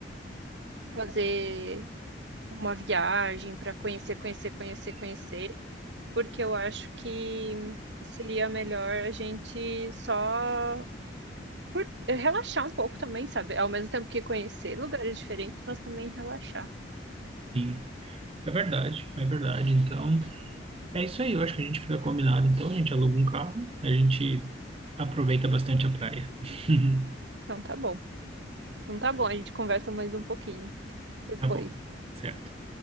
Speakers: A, on the right (about 65°); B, on the right (about 30°).
A: fazer uma viagem para conhecer, conhecer, conhecer, conhecer, porque eu acho que seria melhor a gente só cur- relaxar um pouco também, sabe? Ao mesmo tempo que conhecer lugares diferentes, mas também relaxar.
B: Sim, é verdade, é verdade. Então, É isso aí, eu acho que a gente fica combinado. Então, a gente aluga um carro, a gente aproveita bastante a praia. <laughs>
A: Então tá bom. Então tá bom, a gente conversa mais um pouquinho depois.
B: Tá bom, certo.